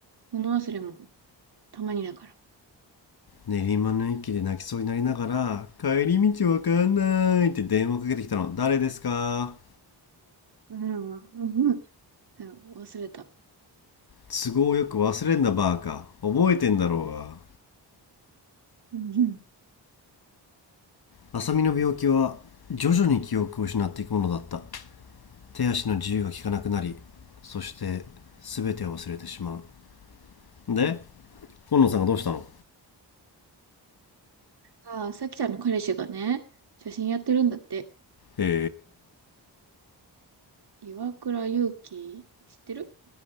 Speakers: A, on the right; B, on the left.
A: 物忘れもたまにだから。
B: 練馬の駅で泣きそうになりながら、帰り道わかんないって電話かけてきたの、誰ですか
A: うん、うん、うん。忘れた。
B: 都合よく忘れんなバーカ。覚えてんだろうが。
A: うん、うん。
B: 浅見の病気は徐々に記憶を失っていくものだった。手足の自由が利かなくなり、そして全てを忘れてしまう。で、今野さんがどうしたの
A: ああ、さきちゃんの彼氏がね、写真やってるんだって。
B: へ
A: 岩倉祐希、知ってる